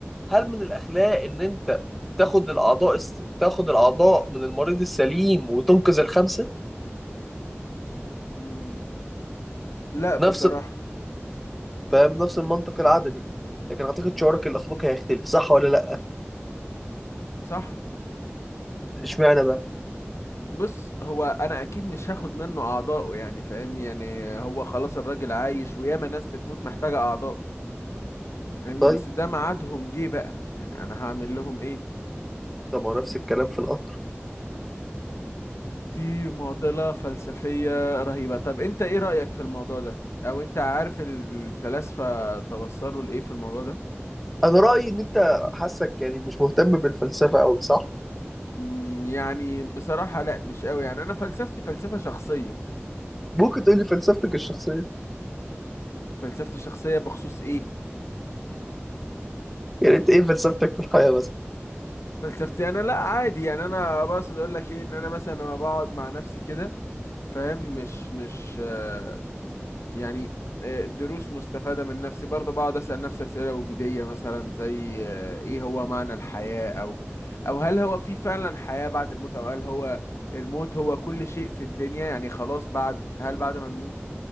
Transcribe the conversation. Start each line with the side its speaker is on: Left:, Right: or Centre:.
Centre: هل من الاخلاق ان انت تاخد الاعضاء الس... تاخد الاعضاء من المريض السليم وتنقذ الخمسة
Left: مم. لا بصراحة
Centre: نفس فاهم نفس المنطق العددي لكن اعتقد شعورك الاخلاقي هيختلف صح ولا لا
Left: صح
Centre: اشمعنى بقى
Left: بص هو انا اكيد مش هاخد منه اعضائه يعني فاهمني يعني هو خلاص الراجل عايش وياما ناس بتموت محتاجة اعضاء فاهمني
Centre: طيب
Left: بس ده ميعادهم جه بقى يعني انا هعمل لهم ايه
Centre: طب ما هو نفس الكلام في القطر
Left: دي معضلة فلسفية رهيبة طب انت ايه رأيك في الموضوع ده او انت عارف الفلاسفة توصلوا لايه في الموضوع ده
Centre: انا رأيي ان انت حاسك يعني مش مهتم بالفلسفة قوي صح
Left: مم، يعني بصراحة لا مش قوي يعني انا فلسفتي فلسفة شخصية
Centre: ممكن تقولي فلسفتك الشخصية
Left: فلسفتي شخصية بخصوص ايه
Centre: يعني انت ايه فلسفتك في الحياة بس
Left: فلسفتي انا لا عادي يعني انا بقصد اقول لك ايه ان انا مثلا لما بقعد مع نفسي كده فاهم مش مش آه، يعني آه، دروس مستفادة من نفسي برضه بقعد اسأل نفسي اسئلة وجودية مثلا زي آه، ايه هو معنى الحياة او او هل هو في فعلا حياة بعد الموت او هل هو الموت هو كل شيء في الدنيا يعني خلاص بعد هل بعد ما نموت